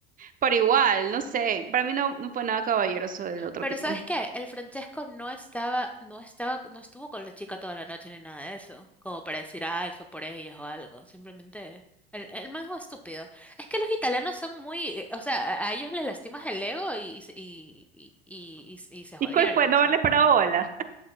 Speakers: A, on the right; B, in the centre.
A: Pero igual, no sé, para mí no, no fue nada caballeroso del otro
B: Pero
A: tipo.
B: ¿sabes qué? El Francesco no estaba, no estaba, no estuvo con la chica toda la noche ni nada de eso. Como para decir, ay, fue por ellas o algo. Simplemente. El, el man es un estúpido. Es que los italianos son muy, eh, o sea, a a ellos les lastimas el ego y, se- y, y, y, y- y se jodieron,
A: ¿Y cuál fue? ¿No
B: o sea.
A: haberle parado bola?